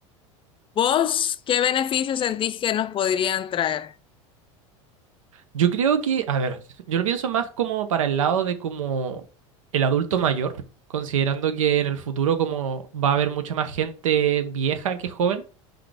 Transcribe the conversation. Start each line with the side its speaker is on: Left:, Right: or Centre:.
Left: ¿Vos qué beneficios sentís que nos podrían traer?
Right: Yo creo que, a ver, yo lo pienso más como para el lado de como el adulto mayor, considerando que en el futuro como va a haber mucha más gente vieja que joven,